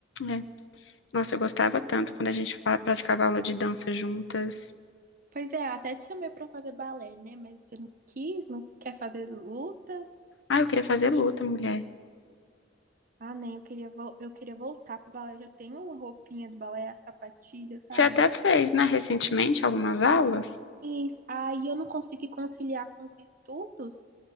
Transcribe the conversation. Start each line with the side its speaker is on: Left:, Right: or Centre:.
Left: É. Nossa, eu gostava tanto quando a gente fa- praticava aula de dança juntas.
Right: Pois é, até te chamei pra fazer balé, né? Mas você não quis, não quer fazer luta.
Left: Ah, eu queria fazer luta, mulher.
Right: Ah, nem, eu queria, vol- eu queria voltar pro balé. Eu já tenho uma roupinha do balé, a sapatilha, sabe?
Left: Você até fez, né, recentemente, algumas aulas?
Right: E aí eu não consegui conciliar com os estudos.